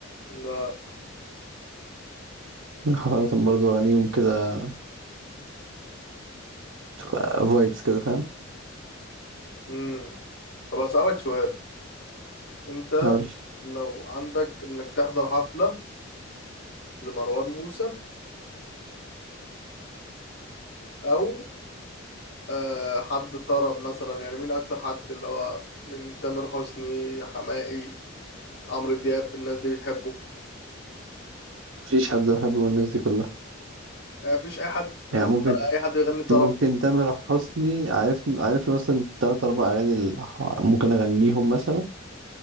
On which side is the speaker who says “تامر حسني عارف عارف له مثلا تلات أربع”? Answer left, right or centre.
Right